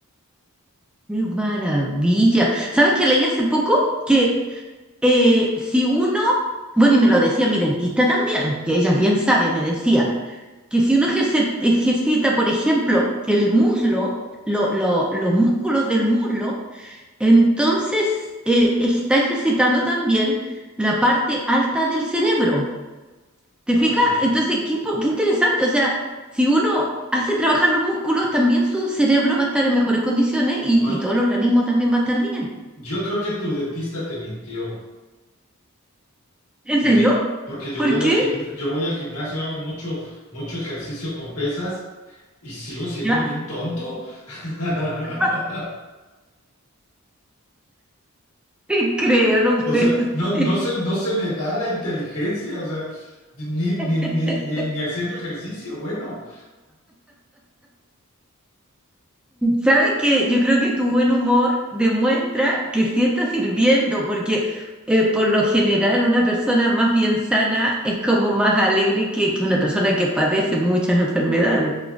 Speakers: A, in the centre; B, on the left (about 80°).
A: qué maravilla. ¿Sabes qué leí hace poco? Que eh, si uno, bueno, y me lo decía mi dentista también, que ella es bien sabia, me decía, que si uno ejerce- ejercita, por ejemplo, el muslo, lo- lo- los músculos del muslo, entonces eh, está ejercitando también la parte alta del cerebro. ¿Te
B: Ah,
A: fijas?
B: ya.
A: Entonces, qué, impo- qué interesante. O sea, si uno hace trabajar los músculos, también su cerebro va a estar en mejores condiciones y,
B: Ay,
A: y todo el organismo también va a estar bien.
B: yo creo que tu dentista te mintió,
A: ¿En
B: porque,
A: serio?
B: porque yo
A: ¿Por
B: voy
A: qué?
B: al gimnasio, yo voy al gimnasio, hago mucho, mucho ejercicio con pesas y sigo siendo
A: ¿Ya?
B: bien tonto. <laughs>
A: <laughs> Te creo, no
B: O
A: puede
B: sea, no,
A: ser.
B: no se, no se me da la inteligencia, o sea, ni, ni,
A: <laughs>
B: ni, ni, ni haciendo ejercicio, bueno
A: Sabes que yo creo que tu buen humor demuestra que sí está sirviendo, porque eh, por lo general una persona más bien sana es como más alegre que, que una persona que padece muchas enfermedades.